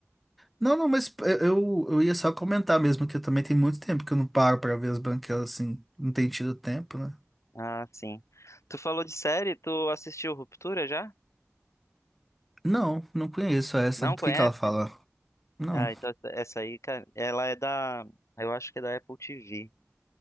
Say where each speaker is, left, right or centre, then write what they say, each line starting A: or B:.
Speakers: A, in the centre; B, on the left.
A: Não, não, mas eu, eu ia só comentar mesmo que eu também tem muito tempo que eu não paro pra ver as branquelas assim. Não tem tido tempo, né?
B: Ah, sim. Tu falou de série, tu assistiu Ruptura já?
A: Não, não conheço essa.
B: Não
A: Do
B: conhece?
A: que que ela fala? Não.
B: Ah, então essa essa aí, cara, ela é da. Eu acho que é da Apple TV.